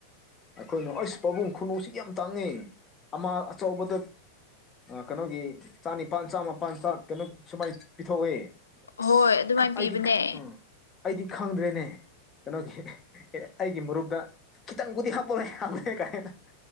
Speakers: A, on the left; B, on the left.
A: ꯑꯩꯈꯣꯏꯅꯨ ꯑꯩꯁ ꯄꯥꯕꯨꯡ ꯈꯨꯅꯨꯁꯤ ꯌꯥꯝ ꯇꯥꯡꯉꯤ ꯑꯃ ꯑꯆꯧꯕꯗ ꯀꯩꯅꯣꯒꯤ ꯆꯥꯅꯤꯄꯥꯥꯟ ꯆꯥꯝꯃꯄꯜ ꯀꯩꯅꯣ ꯁꯨꯃꯥꯏꯅ ꯄꯤꯊꯣꯛꯏ
B: ꯍꯣꯏ
A: ꯑꯁ
B: ꯑꯗꯨꯃꯥꯏꯅ
A: ꯑꯩꯗꯤ
B: ꯄꯤꯕꯅꯦ
A: ꯎꯝ ꯑꯩꯗꯤ ꯈꯪꯗ꯭ꯔꯦꯅꯦ ꯀꯩꯅꯣꯒꯤ ꯑꯦ ꯑꯩꯒꯤ ꯃꯔꯨꯞꯇ ꯈꯤꯇꯪꯕꯨꯗꯤ ꯍꯥꯞꯄꯂꯦ ꯍꯥꯞꯂꯛꯦ ꯀꯥꯏ ꯍꯦꯅ